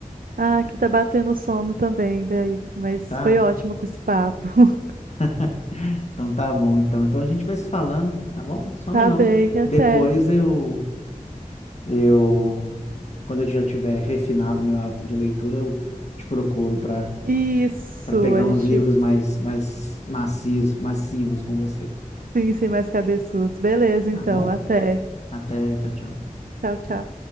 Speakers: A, on the right (about 85°); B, on the left (about 50°).
A: Ah, aqui tá batendo sono também, véi. Mas
B: tá?
A: foi ótimo com esse papo. <laughs>
B: <laughs> Então tá bom, então. Então a gente vai se falando, tá bom? Não some
A: Tá
B: não.
A: bem, até.
B: Depois eu. Eu. Quando eu já tiver refinado meu hábito de leitura, eu te procuro para
A: Isso,
B: para pegar
A: a gente
B: uns livros mais, mais macios, massivos com você,
A: sim, sem mais cabeçudos. Beleza,
B: tá
A: então,
B: bom?
A: até.
B: Até, tchau, tchau.
A: Tchau, tchau.